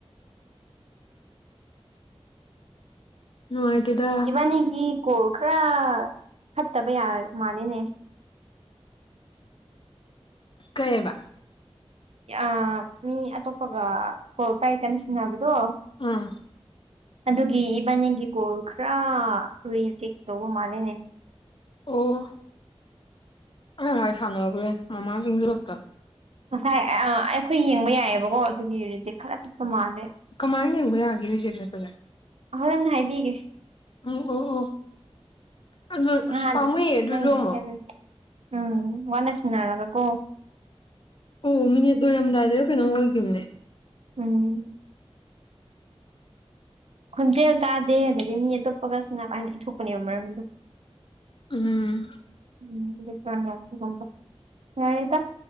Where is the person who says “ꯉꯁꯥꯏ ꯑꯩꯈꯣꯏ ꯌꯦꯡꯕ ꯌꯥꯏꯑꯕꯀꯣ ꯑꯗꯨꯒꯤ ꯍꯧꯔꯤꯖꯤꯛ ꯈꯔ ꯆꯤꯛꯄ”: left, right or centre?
Right